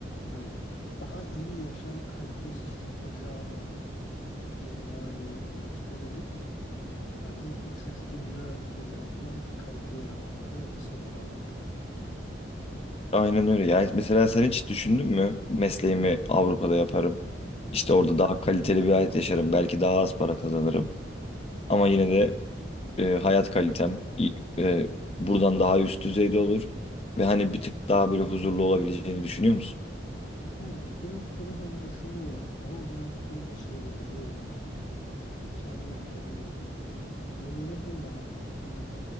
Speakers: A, on the left; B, on the left.
A: hani daha iyi yaşam kalitesi sunacağını ima ederek, göstererek hani üçüncü dünya ülkelerinden kalifiye elemanları satın almak.
B: Aynen öyle. Yani mesela sen hiç düşündün mü mesleğimi Avrupa'da yaparım. İşte orada daha kaliteli bir hayat yaşarım. Belki daha az para kazanırım. Ama yine de e, hayat kalitem i- e, buradan daha üst düzeyde olur. Ve hani bir tık daha böyle huzurlu olabileceğini düşünüyor musun?
A: Ama bir noktada hem düşünüyorum ama bir noktada da şey de biliyorum ya hani kendi ülkemi özleyeceğim. Öyle ya da böyle abi ben hani